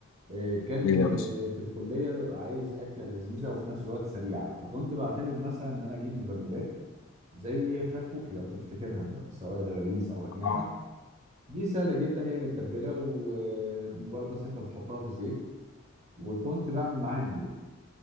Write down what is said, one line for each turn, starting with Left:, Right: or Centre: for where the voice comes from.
Right: آه، كان
Left: ليه يا باشا
Right: آه، في الكليه ببقى عايز اكله لذيذه وفي نفس الوقت سريعه فكنت بعتمد مثلا ان انا اجيب مجمدات زي فراخ كوكي لو تفتكرها سواء دبابيس او اجنحه
Left: آه.
Right: دي سهله جدا هي متبله ومجرد بس انت بتحطها في الزيت وكنت بعمل معاها اندومي